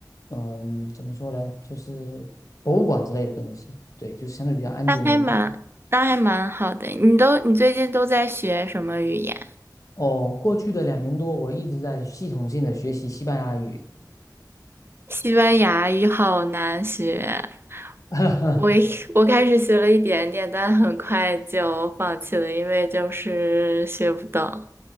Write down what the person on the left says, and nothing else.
嗯怎么说呢，就是博物馆之类的东西。对，就是相对比较安静文静。
哦，过去的两年多，我一直在系统性的学习西班牙语。
<laughs>